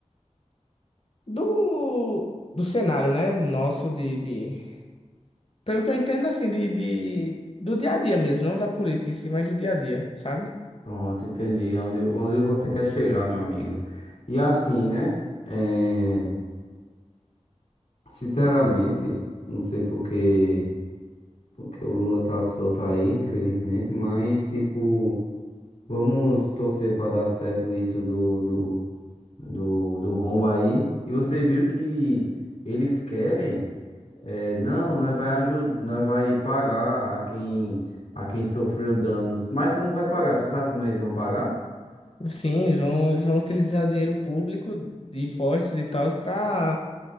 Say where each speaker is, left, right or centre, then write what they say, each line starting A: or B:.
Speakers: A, on the left (about 55°); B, on the left (about 80°).
A: Do, do cenário, né? Nosso de, de, pelo que eu entendo assim, de, de, do dia a dia mesmo, não da política em si, mas do dia a dia, sabe?
B: Pronto, entendi. É Onde, onde você quer chegar, meu amigo. E assim, né? É, sinceramente, não sei porque, porque o Lula tá solto aí, infelizmente, mas, tipo, vamos torcer para dar certo isso do, do, do, do rombo aí. E você viu que eles querem, é, não, nós vai ajudar, nós vai pagar a quem, a quem sofreu danos. Mas como vai pagar? Tu sabe como eles vão pagar?
A: Sim, eles vão, eles vão utilizar dinheiro público de impostos e tal para